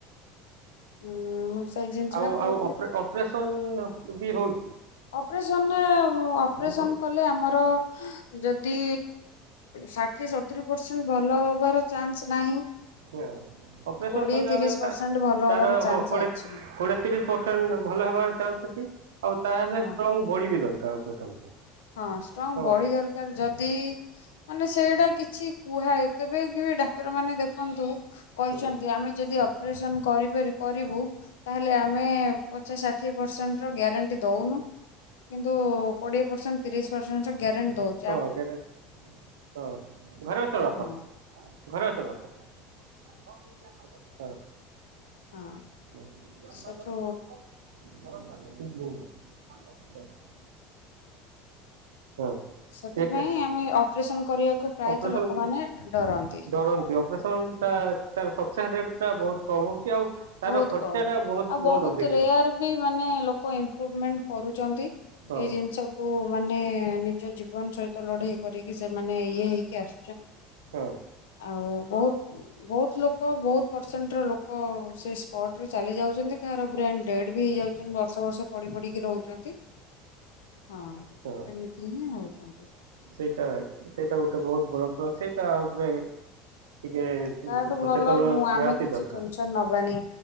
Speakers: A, on the left; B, on the right.
A: ଉଁ ମୁଁ ସେଇ ଜିନିଷ
B: ଆଉ
A: ଟା କହୁଥିଲି
B: ଆଉ ଅପ୍ରେ
A: କି
B: ଅପରେସନ ବି ହଉଛି।
A: ଅପରେସନ ରେ ଅପରେସନ
B: ବହୁ
A: କଲେ ଆମର ଯଦି ଷାଠିଏ ସତୁରି ପରସେଣ୍ଟ ଭଲ ହବାର ଚାନ୍ସ ନାହିଁ।
B: ହଁ ଅପରେସନ
A: କୋଡିଏ
B: କଲା
A: ତିରିଶ
B: ପରେଳେ ତା
A: ପରସେଣ୍ଟ ଭଲ
B: ତାର
A: ହବାର ଚାନ୍ସ
B: ହଁ କୋଡେ
A: ଅଛି
B: କୋଡ଼ିଏ ତିରିଶ ପରସେଣ୍ଟ ଭଲ ହେବାର ଚାନ୍ସ ଅଛି। ଆଉ ତାହେଲେ
A: ହଁ।
B: ଷ୍ଟ୍ରଙ୍ଗ ପଢିବି ଦରକାର ଅପରେସନ ପାଇଁ।
A: ହଁ ଷ୍ଟ୍ରଙ୍ଗ
B: ହଁ
A: ବଡି ଦରକାର ଯଦି ମାନେ ସେଇଟା କିଛି କୁହାଏ କେବେ କେବେ ଡାକ୍ତରମାନେ ଦେଖନ୍ତୁ କହିଛନ୍ତି
B: ହୁଁ,
A: ଆମେ ଯଦି ଅପରେସନ କରିପ କରିବୁ। ତାହେଲେ ଆମେ ପଚାଶ ଷାଠିଏ ପରସେଣ୍ଟ ର ଗ୍ୟାରେଣ୍ଟି ଦଉନୁ। କିନ୍ତୁ କୋଡିଏ ପରସେଣ୍ଟ ତିରିଶ ପରସେଣ୍ଟ ଗ୍ୟାରେଣ୍ଟ ଦଉ
B: ହଁ ଜରେ ହଁ ଘରେ ଅଛଇ ବାପା।
A: ହଁ
B: ଘରେ ଅଛ ବାପା।
A: ହଁ।
B: <inaudible>
A: ସେଠୁ
B: ହଁ।
A: ସେଥିପାଇଁ
B: ସେଟା
A: ଆମେ ଅପରେସନ କରିବାକୁ ପ୍ରାୟତଃ
B: ଅପରେସନ
A: ଲୋକମାନେ ଡରନ୍ତି
B: ଡରନ୍ତି ଅପରେସନ ତା
A: ହଁ
B: ତାର ସକ୍ସେସ୍ ରେଟ୍ଟା ବହୁତ କମ୍ ହେଉଛି। ଆଉ ତାର
A: ବହୁତ
B: ଖର୍ଚ୍ଚାଟା
A: କମ୍।
B: ବହୁତ
A: ଆଉ
B: ବହୁତ ଅଧିକ।
A: ରେୟାର ବି ମାନେ ଲୋକ ଏମ୍ପୃଭମେଣ୍ଟ କରୁଛନ୍ତି
B: ହଁ
A: ଏଇ ଜିନିଷ କୁ ମାନେ ନିଜ ଜୀବନ ସହିତ ଲଢେଇ କରିକି ସେମାନେ ଇଏ ହେଇକି ଆସ
B: ହଁ
A: ଆଉ ବହୁତ ବହୁତ ଲୋକ ବହୁତ ପରସେଣ୍ଟ ର ଲୋକ ସେ ସ୍ପଟ ରେ ଚାଲି ଯାଉଛନ୍ତି। କାହାର ବ୍ରେନ୍ ଡେଡ୍ ବି ହେଇଯାଉଛନ୍ତି। ବର୍ଷ ବର୍ଷ ପଡି ପଡିକି ରହୁଛନ୍ତି। ହଁ
B: ହଁ
A: ଏମିତି ହିଁ ହଉଛନ୍ତି।
B: ସେଇଟା ସେଇଟା ଗୋଟେ ବହୁତ ବଡ ସେଇଟା ଉପରେ ଟିକେ
A: ତାଠୁ ଭଲ
B: ସଚେତନ
A: ଆମେ
B: ନିହାତି
A: କିଛି
B: ଦରକାର
A: ଟେନସନ ନବାନି।